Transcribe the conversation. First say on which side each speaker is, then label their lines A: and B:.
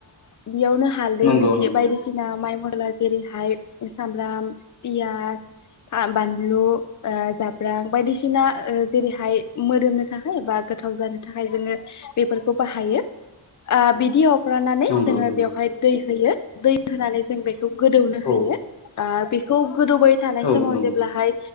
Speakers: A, on the left; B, on the left.
A: बियावनो हालदै
B: नंगौ
A: बिदि
B: नंगौ
A: बायदिसिना माइ मला जेरैहाय सामब्राम, पियास, आ बानलु, ओ जाब्रां बायदिसिना ओ जेरैहाय मोदोमनो थाखै बा गोथाव जानो थाखाय जोङो बेफोरखौ बाहायो। आ बि हरानानै
B: नंगौ
A: जोङो
B: नंगौ
A: बेवहाय दै होयो। दै होनानै जों बेखौ गोदौनो
B: औ
A: होयो। आ बेखौ गोदौबाय थानाय
B: औ
A: समाव
B: नंगौ
A: जेब्लाहाय